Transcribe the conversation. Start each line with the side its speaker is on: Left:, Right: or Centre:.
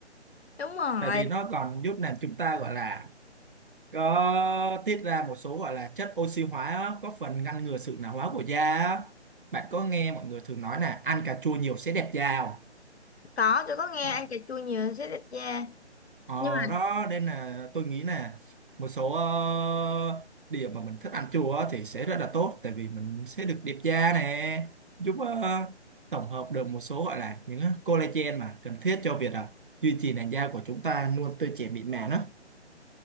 Left: đúng rồi
Right: tại vì nó còn giúp làm chúng ta gọi là có tiết ra một số gọi là chất oxy hóa á, có phần ngăn ngừa sự lão hóa của da á. bạn có nghe mọi người thường nói là ăn cà chua nhiều sẽ đẹp da không
Left: có tôi có nghe
Right: ờ,
Left: ăn cà chua nhiều sẽ đẹp da
Right: ờ,
Left: nhưng mà
Right: đó nên là tôi nghĩ là một số ờ, điểm mà mình thích ăn chua á thì sẽ rất là tốt tại vì mình sẽ được đẹp da nè giúp ờ, tổng hợp được một số gọi là những ờ, collagen mà cần thiết cho việc ờ, duy trì làn da của chúng ta luôn tươi trẻ mịn màng á